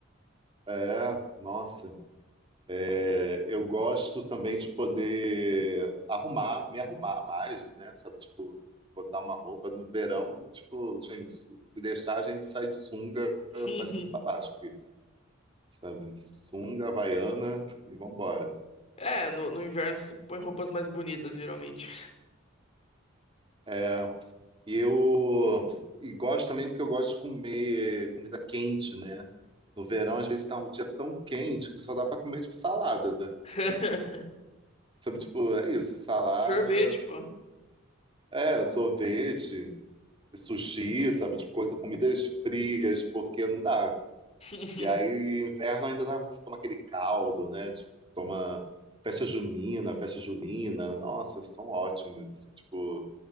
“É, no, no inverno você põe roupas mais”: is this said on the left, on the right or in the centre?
Left